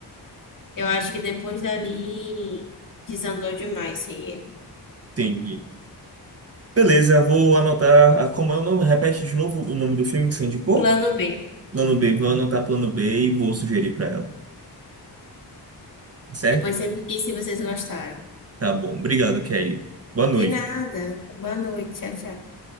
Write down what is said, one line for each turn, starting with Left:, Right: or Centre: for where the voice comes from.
Left: Eu acho que depois dali desandou demais sem ele.
Right: Entendi. Beleza, vou anotar. ah, Como é o nome? Repete de novo o nome do filme que você indicou?
Left: Plano B.
Right: Plano B. Vou anotar plano B e vou sugerir pra ela. Tá certo?
Left: Depois você me diz se vocês gostaram.
Right: Tá bom. Obrigado, Kelly. Boa noite.
Left: De nada. Boa noite. Tchau, tchau.